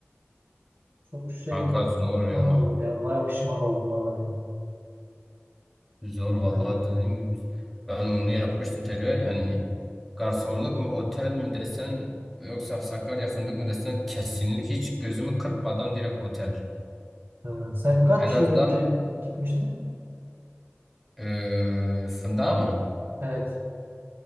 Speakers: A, on the right; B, in the centre.
A: Çok şeydi.
B: Kanka zor
A: Pişman
B: ya.
A: oldum ya. Baya pişman oldum vallahi.
B: Zor vallahi
A: Baya.
B: dediğim gibi. Ben onu yapmıştım tecrübe. Yani garsonluk mu, otel mi desen yoksa Sakarya fındık mı desen kesinlikle hiç gözümü kırpmadan direkt otel.
A: Ha, sen kaç
B: En azından
A: yıl önce gitmiştin?
B: eee fındığa mı?
A: Evet.